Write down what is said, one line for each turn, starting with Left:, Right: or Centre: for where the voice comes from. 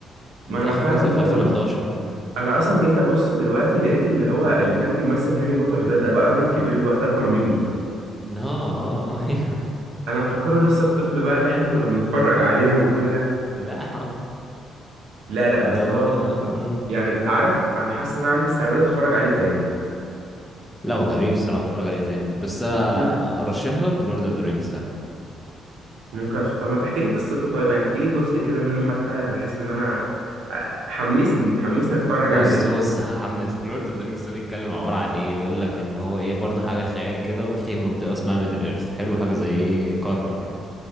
Right: ما
Centre: انت
Right: انا
Centre: اخر
Right: فعلا
Centre: جزء
Right: جيت
Centre: في 2011
Right: ابص انا اصلا جيت ابص دلوقتي لقيت اللي هو اللي كان بيمثل هاري بوتر ده ده بقى راجل كبير الوقت اكبر مني
Centre: اه اه آه.
Right: انا مفكره لسه الطفل بقى اللي احنا كنا بنتفرج عليه وكده
Centre: <laughs> لا يا عم.
Right: لا لا بس
Centre: ده هو
Right: هو بصراحة
Centre: مم.
Right: يعني انت عارف انا حاسس ان انا عندي استعداد اتفرج عليه تاني
Centre: لا هو جميل الصراحه اتفرج عليه تاني بس انا
Right: مم.
Centre: ارشح لك لورد اوف ذا رينجز ده
Right: ممكن أتف... طب ما تحكي لي قصته طيب يعني احكي لي جزء كده منه حتى بحيث ان انا أ- حمسني حمسني اتفرج
Centre: بص
Right: عليه
Centre: بص هحمسك لورد اوف ذا رينجز ده بيتكلم عباره عن ايه بيقول لك ان هو ايه برضه حاجه خيال كده وفي منطقه اسمها ميدل ايرث حلو حاجه زي ايه قاره كده